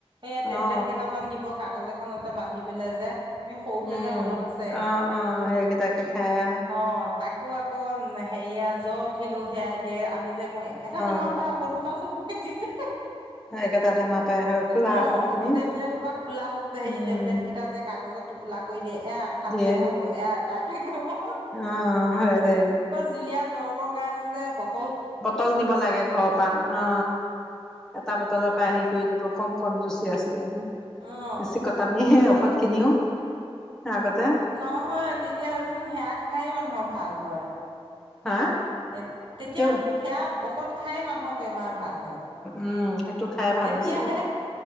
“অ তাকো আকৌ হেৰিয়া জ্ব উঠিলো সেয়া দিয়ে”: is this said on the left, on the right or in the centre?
Right